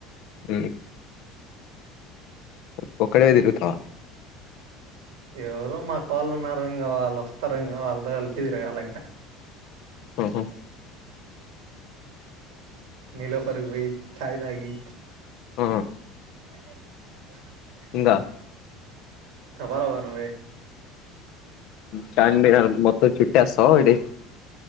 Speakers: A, on the left; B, on the right.
A: అ ఒకక్కడదిరు తా
B: ఎవరు మాకు వాళ్ళు ఉన్నారు ఇంకా వాళ్ళు వస్తారు ఇంకా వాళ్ళతో కలిపిదిరయాలి ఇంకా
A: ఆఓహ
B: నీలో ఫరక్ భయి చాయ తాగి
A: ఆ
B: <inaudible>
A: ఇకా
B: ప్రవాాలవ ను
A: చం మొత్త చుట్టటి వస్తావ ఇడి